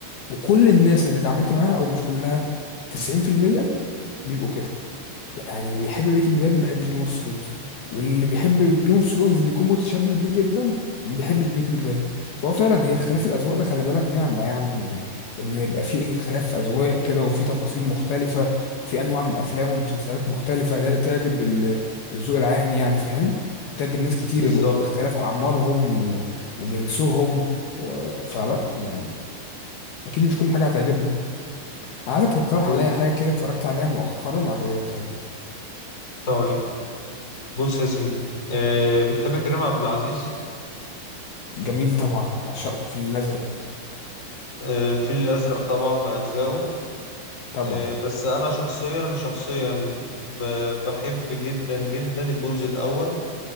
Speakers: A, on the left; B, on the left.
A: وكل الناس اللي اتعاملت معاها او مش كلها 90% بيبقوا كده يعني اللي بيحب بريكنج باد ما بيحبش جيم اوف ثرونز واللي بيحب جيم اوف ثرونز بيكون متشدد ليه جدا وما بيحبش بريكنج باد فهو فعلا هي اختلاف الاذواق ده خلي بالك نعمه يعني ان إن يبقى في اختلاف اذواق كده وفي تفاصيل مختلفه وفي انواع من الافلام والمسلسلات مختلفه ده تعجب ال- الذوق العام يعني فاهم تعجب ناس كتير
B: بالظبط
A: ب- باختلاف اعمارهم و- وجنسهم و... فلا يعني اكيد مش كل حاجه هتعجبنا عايزك تقترح
B: بز-
A: عليا حاجه كده اتفرجت عليها مؤخرا وعجبتك طيب
B: طيب بص يا سيدي آه بتحب كريم عبد العزيز
A: جميل طبعا بعشقه الفيل الازرق
B: آه الفيل الازرق طبعا باجزائه
A: طبعا
B: آه بس انا شخصيا شخصيا ب- بحب جدا جدا الجزء الاول